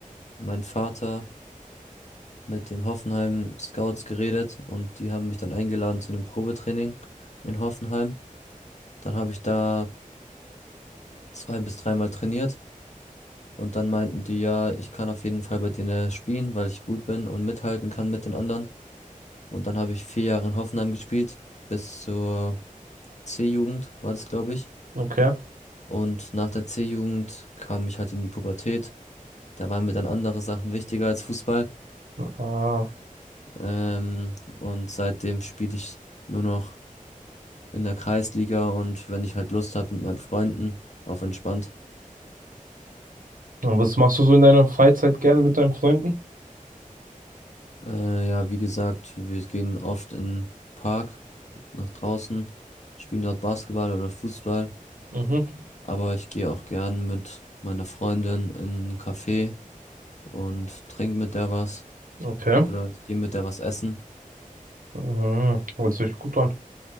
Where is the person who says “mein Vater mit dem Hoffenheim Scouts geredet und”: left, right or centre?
Left